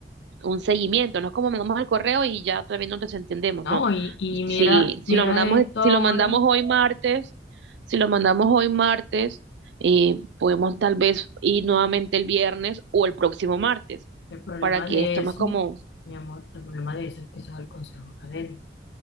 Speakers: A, on the right; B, on the left.
A: un seguimiento, no es como mandamos el correo y ya todavía no nos entendemos,
B: no,
A: no.
B: y, y mira,
A: Si, si
B: mira
A: lo mandamos,
B: esto
A: si
B: ahora,
A: lo mandamos hoy martes, si lo mandamos hoy martes, eh, podemos tal vez ir nuevamente el viernes o el próximo martes,
B: el problema
A: para que
B: de
A: esto
B: eso,
A: más como,
B: mi amor, el problema de eso es que eso es el consejo académico,